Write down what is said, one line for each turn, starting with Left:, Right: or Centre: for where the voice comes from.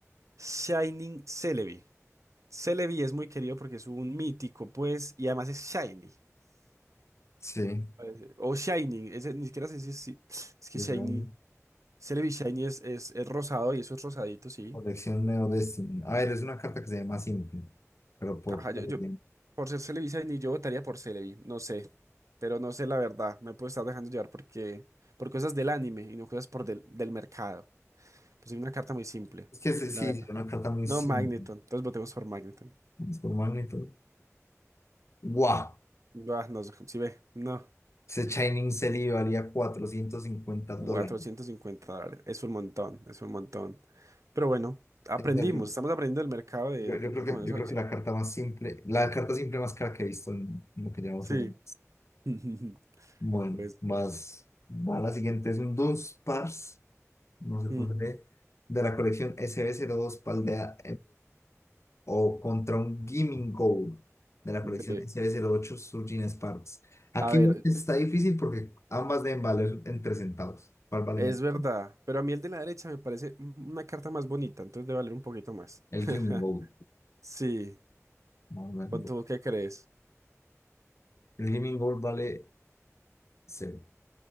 Right: Shining Celebi. Celebi es muy querido porque es un mítico, pues, y además es shiny.
Left: Sí,
Right: parece. O shiny, ese, ni siquiera sé si es, si- es que
Left: es
Right: shiny.
Left: grande.
Right: Celebi shiny es, es, es rosado y eso es rosadito, sí.
Left: Colección Neo Destiny. A ver, es una carta que se llama Simple, pero por...
Right: Ajá,
Left: por-
Right: yo, yo,
Left: ok.
Right: por ser Celebi shiny, yo votaría por Celebi, no sé. Pero no sé la verdad, me puedo estar dejando llevar porque, por cosas del anime y no cosas por del, del mercado. Pues es una carta muy simple,
Left: Es que sí, sí,
Right: la verdad.
Left: es una carta muy
Right: No,
Left: simple.
Right: Magneton, entonces votemos por Magneton.
Left: Es por magnitud. ¡Guau!
Right: Ah, no, si ve, no.
Left: Ese Shining Selly valía 450 dólares.
Right: 450 dólares. Es un montón, es un montón. Pero bueno, aprendimos,
Left: O sea, yo,
Right: estamos aprendiendo del mercado de,
Left: yo-
Right: de
Left: yo
Right: Pokémon,
Left: creo que, yo
Right: eso,
Left: creo
Right: eso.
Left: que la carta más simple, la carta simple más cara que he visto en, en lo que llevamos
Right: Sí.
Left: jugando.
Right: <laughs>
Left: Bueno,
Right: Pues.
Left: más, va la siguiente, es un Dunsparce, no sé por
Right: mm,
Left: qué, de la colección sb dos Paldea o contra un Gimmin Gold de la
Right: de-
Left: colección SB08 Surgeon Sparks. Aquí
Right: a ver,
Left: está difícil porque ambas deben valer entre centavos. ¿Cuál vale
Right: es
Left: menos?
Right: verdad, pero a mí el de la derecha me parece una carta más bonita, entonces debe valer un poquito más.
Left: El
Right: <laughs>
Left: Gimmin Gold.
Right: Sí.
Left: Vamos a ver.
Right: ¿Cuánto, qué crees?
Left: El Gimmin Gold vale cero.